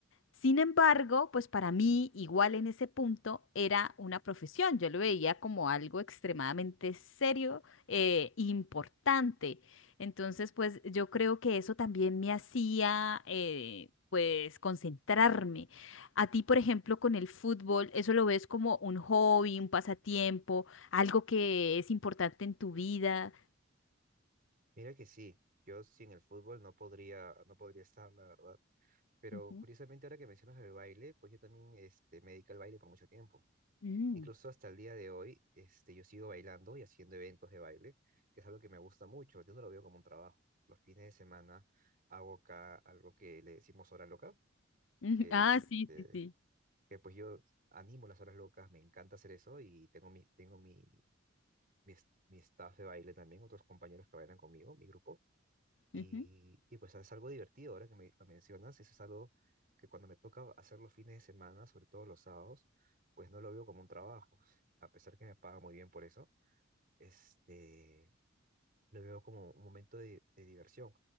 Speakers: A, on the left; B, on the right.
A: Sin embargo, pues para mí, igual en ese punto, era una profesión. Yo lo veía como algo extremadamente serio, eh, importante. Entonces, pues yo creo que eso también me hacía, eh, pues, concentrarme. A ti, por ejemplo, con el fútbol, ¿eso lo ves como un hobby, un pasatiempo, algo que es importante en tu vida?
B: Mira que sí, yo sin el fútbol no podría, no podría estar, la verdad. Pero
A: Ujú.
B: curiosamente ahora que mencionas el baile, pues yo también este, me dediqué al baile por mucho tiempo.
A: Mm.
B: Incluso hasta el día de hoy, este, yo sigo bailando y haciendo eventos de baile, que es algo que me gusta mucho. Yo no lo veo como un trabajo. Los fines de semana hago acá algo que le decimos hora loca,
A: <laughs>
B: que
A: Ah,
B: es este,
A: sí, sí, sí.
B: que pues yo animo las horas locas, me encanta hacer eso y tengo mi, tengo mi, mi, es- mi staff de baile también, otros compañeros que bailan conmigo, mi grupo. Y,
A: Ujú,
B: y pues es algo divertido ahora que me lo mencionas, eso es algo que cuando me toca hacer los fines de semana, sobre todo los sábados, pues no lo veo como un trabajo, a pesar que me paga muy bien por eso, este, lo veo como un momento de, de diversión.